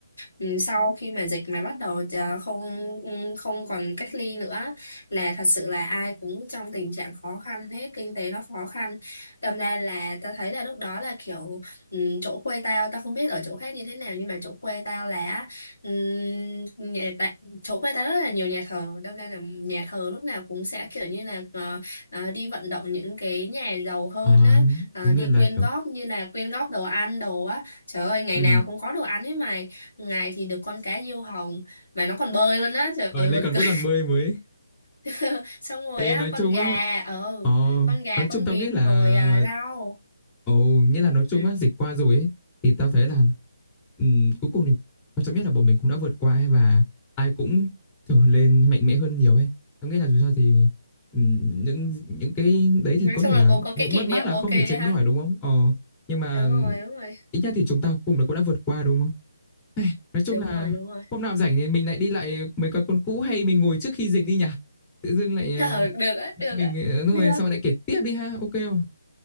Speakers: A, on the left; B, on the left.
A: ừ, sau khi mà dịch mà bắt đầu ờ, không ừ, không còn cách ly nữa là thật sự là ai cũng trong tình trạng khó khăn hết kinh tế nó khó khăn đâm ra là tao thấy là lúc đó là kiểu ừ, chỗ quê tao tao không biết ở chỗ khác như thế nào nhưng mà chỗ quê tao là á, Ừm, nhà- tại chỗ quê ta rất là nhiều nhà thờ đâm ra là nhà thờ lúc nào cũng sẽ kiểu như là ờ, ờ, đi vận động những cái nhà giàu hơn
B: ờ,
A: á ờ,
B: đúng
A: đi
B: là
A: quyên
B: kiểu
A: góp như là quyên góp đồ ăn đồ á trời ơi ngày
B: ừ.
A: nào cũng có đồ ăn ấy mày ngày thì được con cá diêu hồng mà nó còn bơi luôn á trời
B: Ờ,
A: ơi
B: lại
A: buồn
B: còn
A: cười
B: vẫn còn bơi mới.
A: <laughs> xong rồi
B: Ê,
A: á
B: nói
A: con
B: chung
A: gà
B: á,
A: ờ
B: ờ,
A: con gà
B: nói
A: con
B: chung tao
A: vịt
B: nghĩ là,
A: rồi à, rau
B: ồ, nghĩa là nói chung
A: ừ.
B: á, dịch qua rồi ấy, thì tao thấy là ừm, cuối cùng thì quan trọng nhất là bọn mình cũng đã vượt qua ấy, và ai cũng trở lên mạnh mẽ hơn nhiều ấy. Tao nghĩ là dù sao thì ừm, những những cái đấy
A: nói
B: thì có thể
A: chung là
B: là
A: cũng có
B: những
A: cái kỷ
B: mất
A: niệm
B: mát là
A: ok
B: không thể tránh
A: ha
B: khỏi đúng không? Ờ, nhưng mà
A: đúng rồi đúng rồi
B: ít nhất thì chúng ta cùng cũng đã vượt qua đúng không? Nói chung
A: đúng
B: là
A: rồi đúng rồi
B: hôm nào rảnh thì mình lại đi lại mấy quán con cũ hay mình ngồi trước khi dịch đi nhỉ? Tự dưng lại ờ,
A: Ờ, được á, được
B: mình
A: á,
B: ờ, đúng
A: được.
B: rồi sao lại kể tiếp đi ha, ok không?